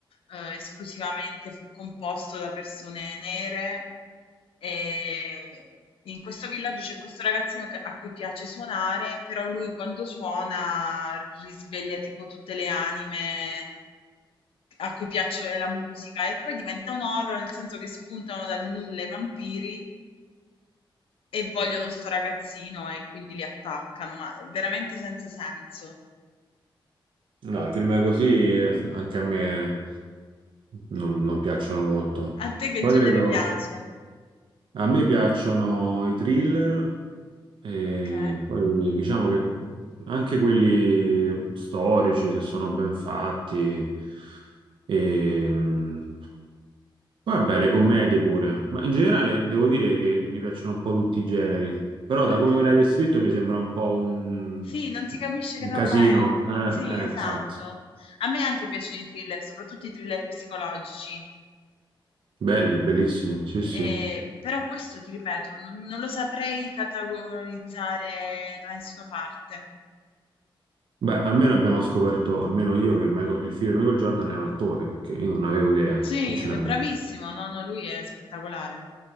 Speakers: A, on the left; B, on the right.
A: eh, esclusivamente composto da persone nere e in questo villaggio c'è questo ragazzino che- a cui piace suonare, però lui quando suona risveglia tipo tutte le anime a cui piace la musica e poi diventa un horror nel senso che spuntano dal nulla i vampiri e vogliono sto ragazzino e quindi li attaccano, ma è veramente senza senso.
B: No, i film così eh, anche a me non, non piacciono molto.
A: A te che
B: Poi
A: genere
B: credo,
A: piace?
B: a me piacciono i thriller E
A: Ok,
B: poi diciamo che anche quelli storici, se sono ben fatti, e, mh, vabbè, le commedie pure, ma in generale devo dire che mi piacciono un po' tutti i generi, però
A: ok.
B: da come me l'hai descritto mi sembra un po' un,
A: Sì, non si capisce che
B: un
A: roba
B: casino,
A: è.
B: eh,
A: Sì,
B: eh,
A: esatto.
B: infatti.
A: A me anche piacciono i thriller, soprattutto i thriller psicologici.
B: Belli, bellissimi, sì, sì.
A: Ehm, però questo ti ripeto, non non lo saprei categorizzare da nessuna parte.
B: Beh, almeno abbiamo scoperto, almeno io, che Michael- il figlio di Michael Jordan è un attore, perché io non avevo idea,
A: Sì,
B: sinceramente.
A: è bravissimo, no, no, lui è spettacolare.